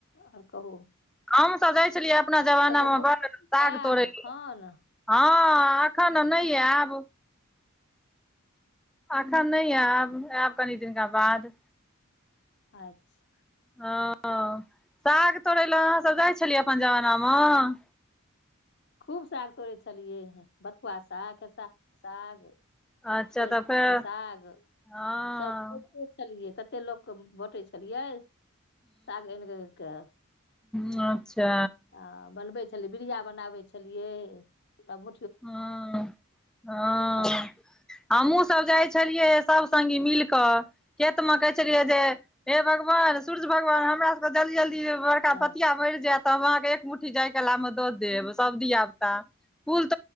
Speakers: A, on the left; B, in the centre.
A: ओर कहू।
B: हम तऽ जाई छलियै अपना जमानामे
A: कतहु घुम
B: बड़ साग
A: जायब
B: तोड़य लेल।
A: एखन
B: ह एखन नहि आयब। अखन नहि आयब, आयब कनि दिनका बाद।
A: अच्छा।
B: ह ह साग तोड़ै लए अहाँ सभ जाई छलियै अपन जमानामऽ।
A: खूब साग तोड़ै छलियैह बथुआ साग खेसारी साग।
B: अच्छा
A: सरिसोक
B: तऽ फेर
A: साग
B: हँ
A: सभ खुब छलियै, कते लोक के बाटे छलियै साग आनि कऽ।
B: ह अच्छा।
A: हॅं बनबै छलियै बीड़िया बनाबै छलियै तब
B: ह हँ
A: तऽ
B: हमहुँ सब जाइ छी छलियै सभ संगी मिलकऽ खेत मे कहै छलियै जे हे भगवान सूर्य भगवान हमरा सबके जल्दी जल्दी बड़का
A: हँ
B: पथिया भरि जायत तब अहाँके एक मु्ठी जाय कलामे दऽ देब सब धिय पुता तो